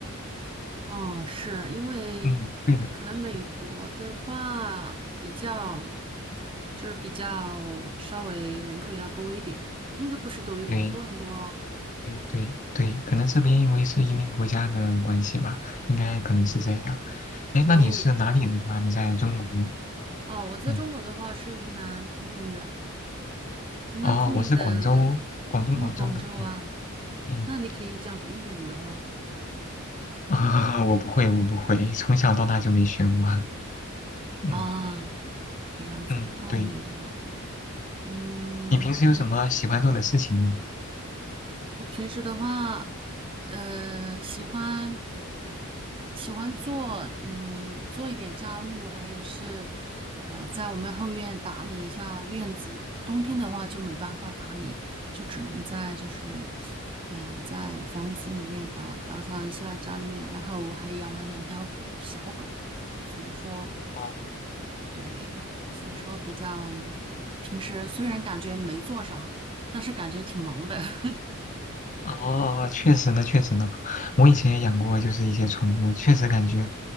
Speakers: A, on the right; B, on the left.
A: 哦，是因为可能美国的话比较，
B: 嗯，对的，嗯
A: 就是比较稍微人口要多一点，应该不是多一点，
B: 对
A: 多很多哦。
B: 对对对，可能这边因为是移民国家的关系吧，应该可能是这样。
A: 嗯，
B: 哎，
A: 没，
B: 那你是哪里人啊？你在中国？
A: 哦，我在中国的话是云南昆明的，
B: 嗯，
A: 云南昆明的，
B: 哦，我是广州，广东广州的。
A: 啊，广州啊，
B: 嗯嗯，
A: 那你可以讲粤语哦。
B: <laughs> 啊，我不会，我不会，从小到大就没学过。<laughs> 嗯
A: 啊，这样子啊，
B: 嗯，
A: 哦，
B: 对。
A: 我明白了。嗯，
B: 你平时有什么喜欢做的事情吗？
A: 对。我平时的话，呃，喜欢喜欢做，嗯，做一点家务，还有是，呃，在我们后院打理一下院子。冬天的话就没办法打理，就只能在就是，嗯，在房子里面打打扫一下家里面。然后我还养了两条小狗，所以说，
B: 哦
A: 对，所以说比较，嗯平时虽然感觉没做啥，但是感觉挺忙的。<laughs>
B: 哦，确实呢，确实呢，我以前也养过，就是一些宠物，确实感觉